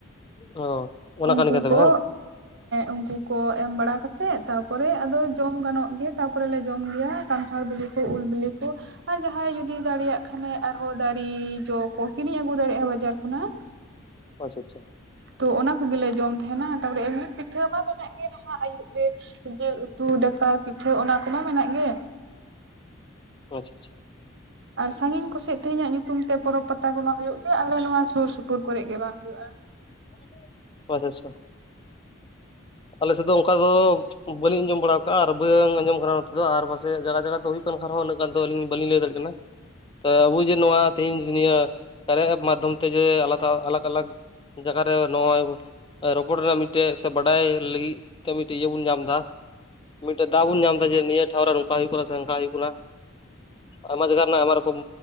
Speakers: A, on the left; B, on the right.
A: ᱚ ᱚᱱᱟ
B: ᱩᱱᱠᱩ
A: ᱠᱟᱱ ᱜᱮᱭᱟ ᱛᱚᱵᱮ
B: ᱠᱚ
A: <inaudible>
B: ᱩᱝᱠᱩ ᱠᱚ ᱮᱢ ᱵᱟᱲᱟ ᱠᱟᱛᱮᱫ ᱛᱟᱯᱚᱨᱮ ᱟᱫᱚ ᱡᱚᱢ ᱜᱟᱱᱚᱜ ᱜᱮ ᱛᱟᱯᱚᱨᱮᱞᱮ ᱡᱚᱢ ᱜᱮᱭᱟ ᱠᱟᱱᱴᱷᱟᱲ ᱵᱤᱞᱤ ᱠᱚ ᱩᱞ ᱵᱤᱞᱤ ᱠᱚ ᱟᱨ ᱡᱟᱦᱟᱸᱭ ᱡᱩᱫᱤ ᱫᱟᱲᱮᱭᱟᱜ ᱠᱷᱟᱱᱮ ᱟᱨᱦᱚᱸ ᱫᱟᱨᱤ ᱡᱚ ᱠᱚ ᱠᱤᱨᱤᱧ ᱟᱹᱜᱩ ᱫᱟᱲᱮᱭᱟᱜᱼᱟ ᱵᱟᱡᱟᱨ ᱠᱷᱚᱱᱟᱜ
A: ᱟᱪᱪᱷᱟ ᱟᱪᱷᱟ
B: ᱛᱚ ᱚᱱᱟ ᱠᱚᱜᱮᱞᱮ ᱡᱚᱢ ᱛᱷᱟᱦᱮᱸᱱᱟ ᱛᱟᱯᱚᱨᱮ ᱮᱢᱱᱤ ᱯᱤᱴᱷᱟᱹ ᱢᱟ ᱢᱮᱱᱟᱜ ᱜᱮ <inaudible> ᱟᱭᱩᱵ ᱵᱮᱨ ᱡᱤᱞ ᱩᱛᱩ ᱫᱟᱠᱟ ᱯᱤᱴᱷᱟᱹ ᱚᱱᱟ ᱠᱚᱢᱟ ᱢᱮᱱᱟᱜ ᱜᱮ᱾
A: ᱚ ᱟᱪᱷᱟ ᱪᱷᱟ
B: ᱟᱨ ᱥᱟᱺᱜᱤᱧ ᱠᱚᱥᱮᱡ ᱛᱮᱦᱮᱧᱟᱜ ᱧᱩᱛᱩᱢ ᱛᱮ ᱯᱚᱨᱚᱵᱽ ᱯᱟᱛᱟ ᱠᱚ ᱵᱟᱝ ᱦᱩᱭᱩᱜ ᱜᱮᱭᱟ ᱟᱞᱮ ᱱᱚᱣᱟ ᱥᱩᱨ ᱥᱩᱯᱩᱨ ᱠᱚᱨᱮᱜ ᱜᱮ ᱵᱟᱝ ᱦᱩᱭᱩᱜᱼᱟ᱾
A: <unintelligible> ᱟᱞᱮ ᱥᱮᱫ ᱫᱚ ᱚᱱᱠᱟ ᱫᱚ ᱵᱟᱹᱞᱤᱧ ᱟᱸᱡᱚᱢ ᱵᱟᱲᱟ ᱟᱠᱟᱜᱼᱟ ᱟᱨ ᱵᱟᱹᱝ ᱟᱸᱡᱚᱢ <unintelligible> ᱪᱮᱜ ᱡᱟᱜᱟ ᱡᱟᱜᱟ ᱛᱮ ᱦᱩᱭᱩᱜ ᱠᱟᱱ ᱠᱷᱟᱨᱚᱱ ᱩᱱᱟᱹᱜ ᱜᱟᱱ ᱫᱚ ᱟᱞᱤᱧ ᱵᱟᱞᱤᱧ ᱞᱟᱹᱭ ᱫᱟᱲᱤᱜ ᱠᱟᱱᱟ ᱛᱚ ᱟᱵᱩ ᱡᱮ ᱱᱚᱣᱟ ᱛᱮᱦᱤᱧ ᱱᱤᱭᱟᱹ <unintelligible> ᱢᱟᱫᱽᱫᱷᱚᱢ ᱛᱮ ᱡᱮ ᱟᱞᱟᱫᱷᱟ ᱟᱞᱟᱜ ᱟᱞᱟᱜᱽ ᱡᱟᱜᱟ ᱨᱮ ᱱᱚᱜᱚᱭ ᱨᱚᱯᱚᱲ ᱨᱮᱭᱟᱜ ᱢᱤᱫᱴᱮᱡ ᱥᱮ ᱵᱟᱰᱟᱭ᱾ ᱞᱟᱹᱜᱤᱫ ᱛᱮ ᱢᱤᱫᱴᱤᱜ ᱤᱭᱟᱹ ᱵᱚᱱ ᱧᱟᱢ ᱫᱟ ᱢᱤᱫᱴᱮᱡ ᱫᱟᱣ ᱵᱚᱱ ᱧᱟᱢ ᱫᱟ ᱡᱮ ᱱᱤᱭᱟᱹ ᱴᱷᱟᱶ ᱨᱮ ᱠᱟ ᱦᱩᱭᱩᱜ ᱠᱟᱱᱟ ᱪᱷᱮ ᱚᱝᱠᱟ ᱦᱩᱭᱩᱜ ᱠᱟᱱᱟ ᱟᱭᱢᱟ ᱡᱟᱜᱟ ᱨᱮᱱᱟᱜ ᱟᱭᱢᱟ ᱨᱚᱠᱚᱢ